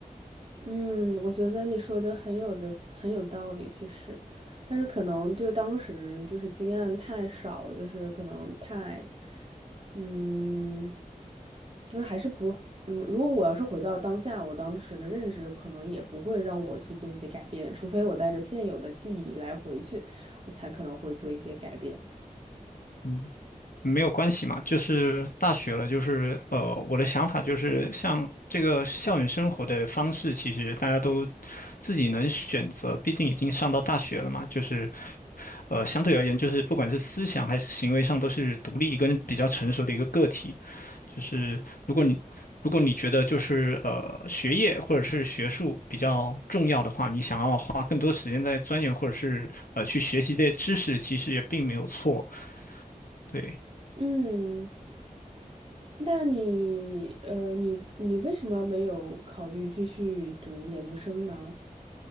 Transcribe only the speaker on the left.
嗯。没有关系嘛，就是大学了，就是呃，我的想法就是，像这个校园生活的方式，其实大家都自己能选择，毕竟已经上到大学了嘛，就是呃，相对而言，就是不管是思想还是行为上，都是独立跟比较成熟的一个个体。就是如果你如果你觉得就是呃学业或者是学术比较重要的话，你想要花更多时间在钻研或者是呃去学习这些知识，其实也并没有错，对。